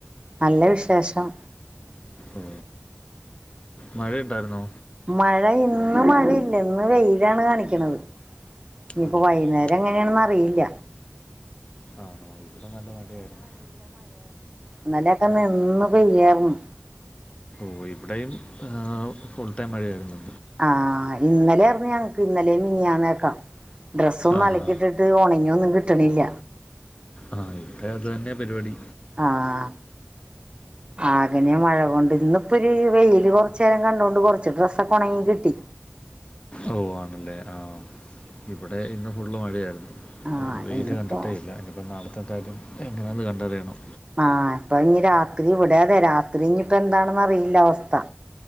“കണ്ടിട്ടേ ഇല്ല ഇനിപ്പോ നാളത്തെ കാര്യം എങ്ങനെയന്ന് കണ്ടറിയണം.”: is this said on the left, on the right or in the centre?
Left